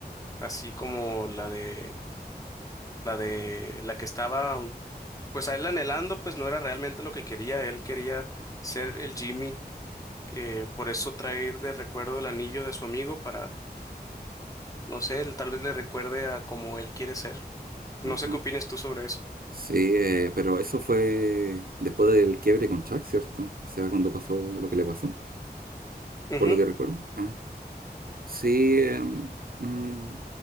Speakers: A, on the left; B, on the right.
A: así como la de la de la que estaba, pues a él anhelando, pues no era realmente lo que quería, él quería ser el Jimmy, que por eso traer de recuerdo el anillo de su amigo para, no sé, él tal vez le recuerde a como él quiere ser. No
B: Ajá.
A: sé qué opinas tú sobre eso.
B: Sí, eh, pero eso fue después del quiebre con Chuck, ¿cierto? O sea, cuando pasó lo que le pasó,
A: Ujú.
B: por lo que recuerdo. Ah, sí, em, mm,